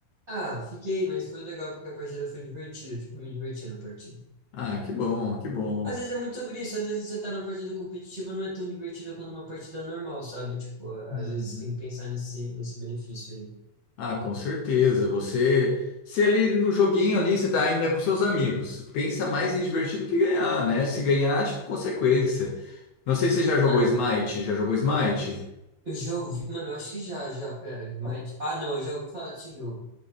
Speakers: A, on the right (about 55°); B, on the left (about 70°).
A: Ah, fiquei, mas foi legal porque a partida foi divertida, tipo, me diverti na partida.
B: Ah, que bom, que bom.
A: Às vezes é muito sobre isso, às vezes você tá na partida competitiva, não é tão divertida quanto uma partida normal, sabe? Tipo,
B: Uhum.
A: às vezes tem que pensar nesse, nesse benefício aí.
B: Ah, com certeza. Você, se ali no joguinho ali, você tá ainda com seus amigos, pensa mais em divertir do que ganhar, né? Se ganhar, tipo, consequência. Não sei se você já jogou
A: Mano,
B: Smite. Já jogou Smite?
A: Eu já ouvi, mano, eu acho que já, já, pera, mas... Ah, não, eu já ouvi falar desse jogo.